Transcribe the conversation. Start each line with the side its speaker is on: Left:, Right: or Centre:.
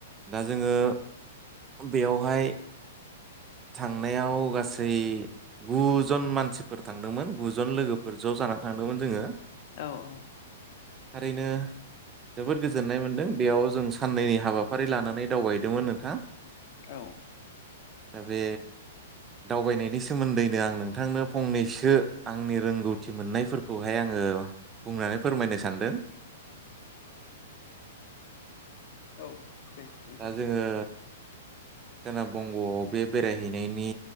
Right: दा जोङो बेयावहाय थांनायाव गासै गु जन मानसिफोर थांदोंमोन गु जन लोगोफोर ज' जानानै थांदोंमोन जोङो।
Left: औ औ
Right: थारैनो जोबोद गोजोननाय मोनदों बेयाव जों साननैनि हाबाफारि लानानै दावबायदोंमोन नोंथां
Left: औ
Right: दा बे दावबायनायनि सोमोन्दैनो आं नोंथांनो फंनैसो आंनि रोंगौथि मोननायफोरखौहाय आङो बुंनानै फोरमायनो सानदों।
Left: औ दे नोंथां
Right: दा जोङो सोनाब बंग'आव बे बेरायहैनायनि